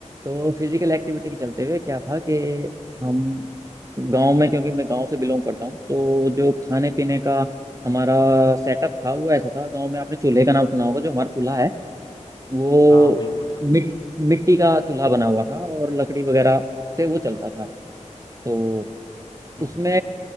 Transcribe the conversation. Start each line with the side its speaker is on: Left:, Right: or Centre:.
Right: तो फिजिकल एक्टिविटी के चलते हुए क्या था कि हम गांव में क्योंकि मैं गांव से बिलोंग करता हूँ तो जो खाने पीने का हमारा सेटअप था वो ऐसा था गांव में आपने चूल्हे का नाम सुना होगा जो हमारा चूल्हा है वो
Left: हाँ बिल्कुल
Right: मिट, मिट्टी का चूल्हा बना हुआ था और लकड़ी वगैरह से वो चलता था तो
Left: हम्म
Right: उसमें